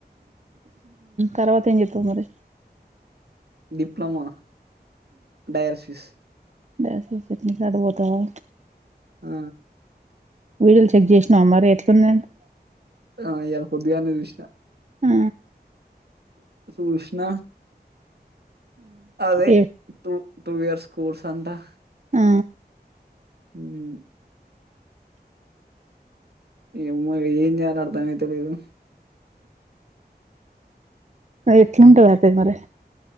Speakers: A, on the right; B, on the right.
A: తర్వాత ఎం చెత్తవు మరి
B: డిప్లోమా డైలసిస్
A: <unintelligible> అట్నా నుంచి అటు పోతావా
B: ఆ
A: వీడియోలు చెక్ చేసినావ మరి ఎట్లుందంటా
B: ఆ ఇయ్యాల పొద్దుగాల్నే చూసిన
A: ఆ
B: చూష్ణ అదే
A: ఏ
B: తూ టూ ఇయర్స్ స్కూల్స్ అంతా
A: ఆ
B: హ్మ్ ఏమో ఏం చేయాలో అర్ధం అయితా లేదు.
A: మరీ ఎట్లుంటది అయితే మరి